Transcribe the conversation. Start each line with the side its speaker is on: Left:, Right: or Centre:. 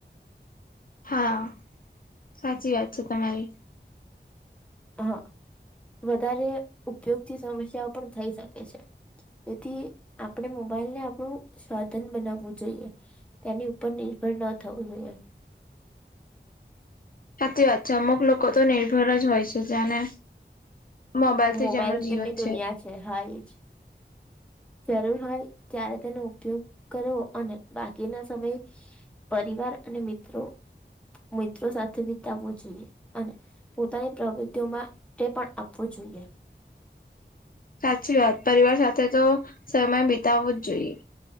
Left: હા, સાચી વાત છે તમારી.
Centre: હ વધારે ઉપયોગથી સમસ્યાઓ પણ થઈ શકે છે. તેથી આપણે મોબાઈલને આપણું સાધન બનાવવું જોઈએ. તેની ઉપર નિર્ભર ન થવું જોઈએ.
Left: સાચી વાત છે, અમુક લોકો તો નિર્ભર જ હોય છે જાણે મોબાઈલથી
Centre: મોબાઈલ
Left: જ એમનું જીવન
Centre: એમની દુનિયા
Left: છે.
Centre: છે હા એજ. જરૂર હોય ત્યારે તેનો ઉપયોગ કરવો અને બાકીના સમયે પરિવાર અને મિત્રો મિત્રો સાથે વિતાવવો જોઈએ અને પોતાની પ્રવૃત્તિઓમાં તે પણ આપવું જોઈએ.
Left: સાચી વાત, પરિવાર સાથે તો સમય બીતાવવો જ જોઈએ.